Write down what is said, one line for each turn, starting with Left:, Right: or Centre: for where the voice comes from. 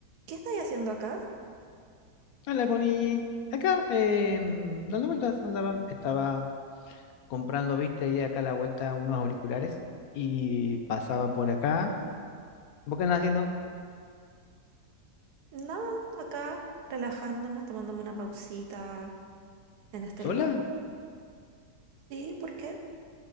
Right: ¿Qué estáis haciendo acá?
Left: Hola, Connie. Acá, eh, dando vueltas, andaba, estaba comprando, viste, ahí acá a la vuelta unos auriculares y pasaba por acá. ¿Vos qué andás haciendo?
Right: Nada, acá relajándome, tomándome una pausita en este
Left: ¿Sola?
Right: lugar. Sí, ¿por qué?